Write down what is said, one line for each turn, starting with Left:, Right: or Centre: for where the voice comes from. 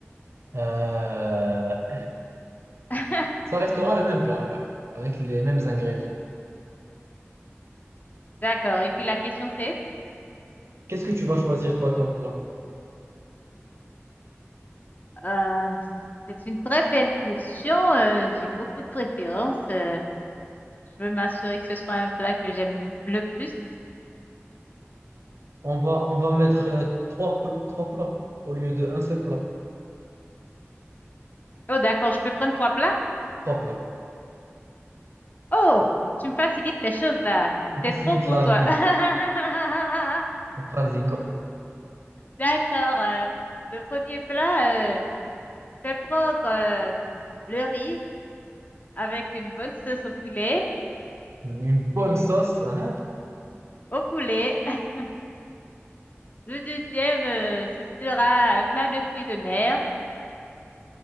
Right: Euh,
Left: <laughs>
Right: ça restera le même plat, ouais, ouais, avec les mêmes ingrédients.
Left: D'accord, et puis la question c'est?
Right: Qu'est-ce que tu vas choisir toi comme plat?
Left: Euh, c'est une très belle question. Euh, j'ai beaucoup de préférences. Euh, je veux m'assurer que ce soit un plat que j'aime le plus.
Right: On va, on va mettre euh, trois, pl- trois plats au lieu de un seul plat.
Left: Oh, d'accord, je peux prendre trois plats?
Right: Trois plats.
Left: Oh, tu me facilites les choses là.
Right: Tu me
Left: T'es
Right: facilites
Left: trop bon,
Right: la
Left: toi.
Right: vie.
Left: <laughs>
Right: Vas-y, go.
Left: D'accord. euh, le premier plat, euh, je vais prendre euh, le riz avec une bonne sauce au poulet.
Right: Une bonne sauce, hein?
Left: Au poulet. <laughs> Le deuxième, euh, ce sera un plat de fruits de mer.